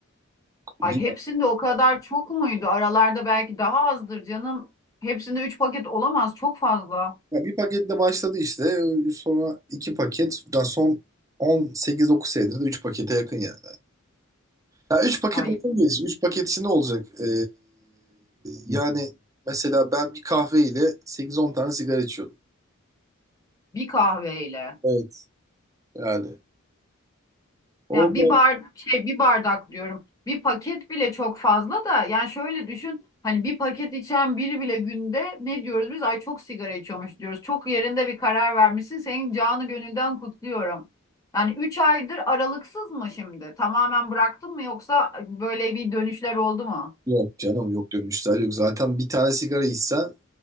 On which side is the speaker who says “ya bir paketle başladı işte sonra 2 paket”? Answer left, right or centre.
Right